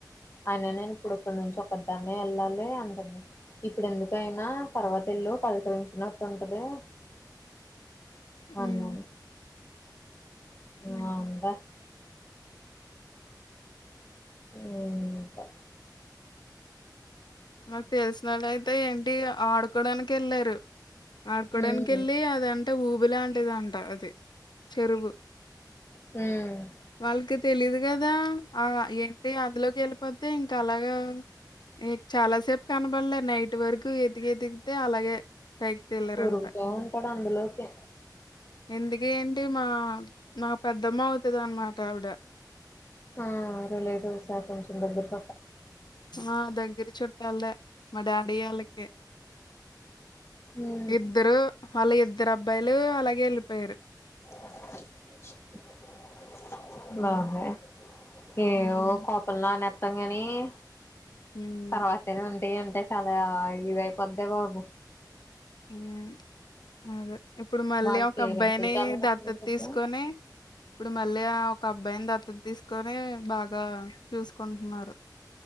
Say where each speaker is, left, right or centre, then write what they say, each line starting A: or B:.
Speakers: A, on the left; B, on the left.
A: అయిన నేను ఇప్పుడు ఇక్కడి నుంచి ఒకదాన్నే వెళ్ళాలి అంటంది ఇప్పుడు ఎందుకు అయినా తర్వాత ఎల్లు పలకరించినట్టుంటది.
B: హ్మ్.
A: అన్నాను
B: హుహు.
A: ఆ ఉందా ఏంటో
B: మాకు తెలిసిన వాళ్ళు అయితే ఏంటి ఆడుకోడానికి వెళ్ళారు ఆడుకోడానికి
A: ఉమ్
B: వెళ్ళి అదంట ఊ ఉబులాంటిదంట అది చెరువు
A: హ్మ్
B: వాళ్ళకి తెలీదు కదా ఆ ఏంటి అందులోకి వెళ్ళిపోతే ఇంకా అలాగా ఎ చాలా సేపు కనబడలే నైట్ వరకు ఎతికి ఎతికితే అలాగే పైకి తేలారంట.
A: ఉరుగుతా ఉంటాడు అందులోకి
B: ఎందుకు ఏంటి మా మాకు పెద్దమ్మ అవుతుంది అన్నమాట ఆవిడ
A: ఆ రళడు సాకు చుంద బ <unintelligible>
B: ఆ దగ్గరి చు ట్టాలే మా డాడీ వాళ్ళకి
A: ఉమ్
B: ఇద్దరు హలా ఇ ఇద్దరు అబ్బాయిలు అలాగే వెళ్ళిపోయారు
A: <unintelligible>
B: హ్మ్.
A: బాధ గా ఏదో
B: హ్మ్.
A: కోపం లో అనే <unintelligible>
B: హ్మ్.
A: తర్వాతన ఏఅంటే చాలా ఇదియిపోద్దే బాబు
B: హ్మ్ అదే ఇప్పుడు మళ్ళీ
A: వాళ్ళ
B: ఒక
A: పేరెంట్స్
B: అబ్బాయిని
A: చాలా కష్టమైపోద్ది
B: దత్తత తీసుకొని ఇప్పుడు మళ్ళీ ఒక అబ్బాయిని దత్త దత్తత తీసుకొని బాగా చూసుకుంటున్నారు